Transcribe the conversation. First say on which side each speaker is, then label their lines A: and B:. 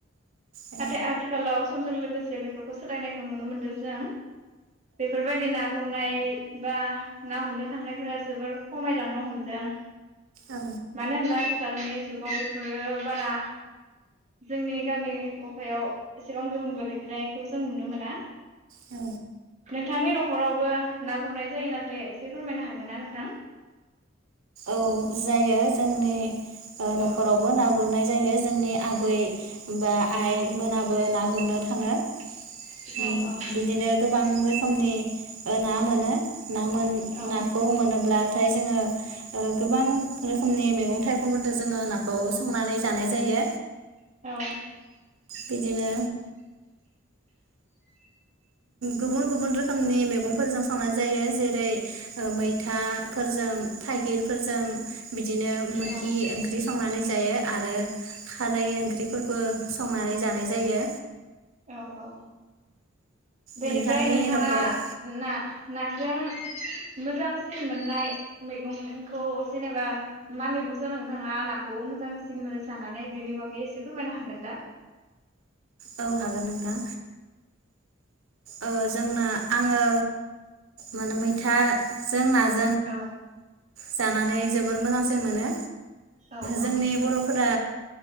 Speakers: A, on the right (about 85°); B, on the right (about 35°).
A: औ
B: नाथाय आथिखालाव समजों लोगोसे बेफोरखौ सोलायनायखौ नुनो मोनदों जों। बेफोरबायदि ना गुरनाय बा ना हमनो थांनायफोरा जोबोर खमायलांनो हमदों।
A: औ
B: मानो होनोब्ला थे आथिखालनि जुगाव बेफोरो बारा जोंनि गामि गफायाव एसेबां गोहोम गोलैग्लायखौ जों नुनो मोना।
A: औ।
B: नोंथांनि न खरावबो ना गुरनाय जायोना जाया एसे फोरमायनो हागोन ना नोंथां।
A: औ जायो जोंनि। ओ न'
B: औ
A: खरावबो ना गुरनाय जायो जोंनि आबै। बा आइ मोनाबो ना गुरनो थाङो। उम
B: औ औ
A: बिदिनो गोबां खोमनि ओ ना मोनो। ना मोन
B: औ
A: नाखौ मोनोब्लाथाय जोङो। ओ गोबां रोखोमनि मैगं थाइगंफोरजों जोङो नाखौ संनानै जानाय जायो।
B: औ
A: बिदिनो। गुबुन गुबुन रोखोमनि मैगंफोरजों संनाय जायो जेरै मैथाफोरजों थाइगिरफोर जों बिदिनो मोखि
B: औ
A: ओंख्रि संनानै जायो आरो खारै ओंख्रिफोरबो संनानै जानाय जायो।
B: औ औ। बेनिफ्राय
A: नोंथांनि
B: नोंथाङा
A: न'खराव
B: ना ना जों मोजांसिन मोननाय मैगंखौ जेनेबा मा मैगं जों नोंथाङा नाखौ मोजांसिन मोनो जानानै बेनि बागै एसे फोरमायनो हागोन दा।
A: औ हागोन नोंथां। ओ जोंना आङो मोन-मैथा जों नाजों
B: औ।
A: जानानै जोबोर मोजांसिन मोनो।
B: औ औ
A: जोंनि बर'फोरा